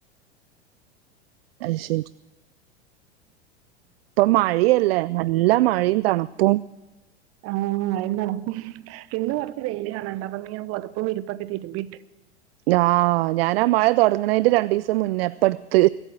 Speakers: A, on the right; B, on the right.
A: അയ്ശെരി ഇപ്പം മഴയിംല്ലേ നല്ല മഴയും തണുപ്പും
B: ആഹ് എന്താണ്? ഇന്ന് കൊറച്ച് വെയില് കാണാണ്ട്. അപ്പൊ ഇന്ന് ഞാൻ പൊതപ്പും വിരിപ്പൊക്കെ തിരുമ്പിയിട്ട്.
A: ആഹ് ഞാൻ ആ മഴ തുടങ്ങണേന്റെ രണ്ടീസം മുന്നേ ഇപ്പട്ത്ത്